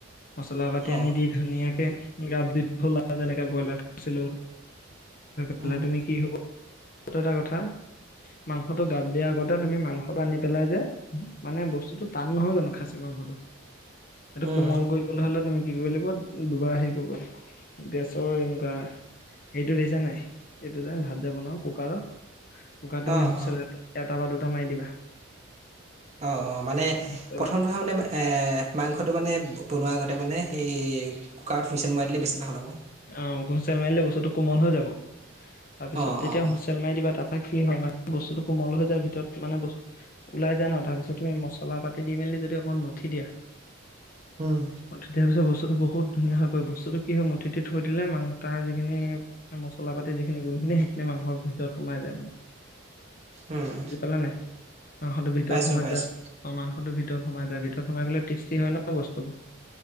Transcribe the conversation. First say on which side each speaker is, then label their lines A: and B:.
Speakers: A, on the left (about 40°); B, on the right (about 30°).
A: মছলা পাতি
B: অ
A: আনি দি ধুনীয়াকে গাপ দি থলা যেনেকে ব্ৰইলাৰ কৰিছিলো মই
B: উম
A: তুমি কি হব টো এটা কথা মাংসটো গাপ দিয়া আগতে তুমি মাংসটো আনি পেলাই যে মানে বস্তুতটো টান নহয় জানো খাচী মাংসটো এইটো
B: উম
A: কোমল কৰিবলৈ হলে তুমি কি কৰিব লাগিব দুবাৰ হেৰি কৰিব লাগি গেছৰ এনেকুৱা সেইটো দিছানে নাই এইটো যে ভাত যে বনাওঁ কুকাৰৰ কুকাৰট তুমি
B: অ
A: হুচেল
B: অ
A: এটা বা দুটা মাৰি দিবা
B: অ অ মানে
A: হুইচেল
B: প্ৰথমটোথা মানে মাংসটো মানে বনোৱা আগতে ত মানে সেই কুকাৰত শুইচেল মৱাই দিলে বেছি ভাল হ'ব
A: অ হুইচেল মাৰিলে বস্তুটো কোমল হৈ যাব তাৰপিছত
B: অ
A: তেতিয়া
B: অ অ
A: হুইচেল মাৰি দিবা তাপা- কি হয় মানে বস্তুতটো কোমল হৈ যায় ভিতৰত মানে্ ব ওলাই যায় ন তাৰপিছত তুমি মছলা পাতি দি মেলি যদি অকণ মঠি দিয়া
B: উম
A: তেতিয়া পিছে বস্তুতটো বহুত ধুনীয়া হয় পৰিব বস্তুটো কি হয় মতি থৈ দিলে মাং তাৰ যিখিনি মছলা পাতি যিখিনি গুণখিনি সেইখিনি মাংসৰ ভিতৰত সোমাই যায় মানে
B: উম
A: বুজি পালা নে মাংসটো ভিতৰত
B: পাইছো
A: সোমাই
B: পাইছো
A: যোৱা মাংসটো ভিতৰতূ ভিতৰত সোমাই যায় ভিতৰত সোমাই গলে টেষ্টি হয় ন বস্তুবোৰ